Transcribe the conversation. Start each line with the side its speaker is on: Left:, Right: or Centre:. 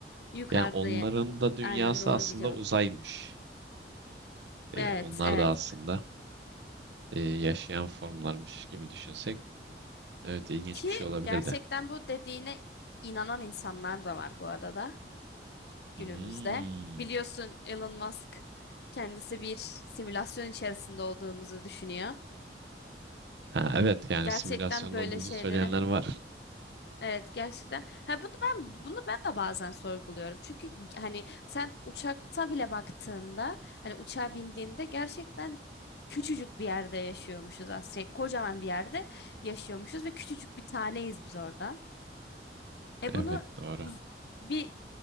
Left: Yukarıda.
Right: Yani onların
Left: ya-
Right: da dünyası
Left: Aynen doğru
Right: aslında
Left: bir cevap.
Right: uzaymış. E,
Left: Evet,
Right: onlar
Left: evet.
Right: da aslında e, yaşayan formlarmış gibi düşünsek. Evet ilginç
Left: Ki
Right: bir şey olabilir
Left: gerçekten
Right: de.
Left: bu dediğine inanan insanlar da var bu arada günümüzde.
Right: Hmm.
Left: Biliyorsun Elon Musk kendisi bir simülasyon içerisinde olduğumuzu düşünüyor.
Right: Ha, evet yani
Left: Gerçekten
Right: simülasyonda
Left: böyle
Right: olduğumuzu
Left: şeylere
Right: söyleyenler var. <laughs>
Left: Evet gerçekten. Ha bunu ben bunu ben de bazen sorguluyorum. Çünkü hani sen uçakta bile baktığında hani uçağa bindiğinde gerçekten küçücük bir yerde yaşıyormuşuz aslında. Şey, kocaman bir yerde yaşıyormuşuz ve küçücük bir taneyiz biz orada. E
Right: Evet
Left: bunu
Right: doğru.
Left: uz- bir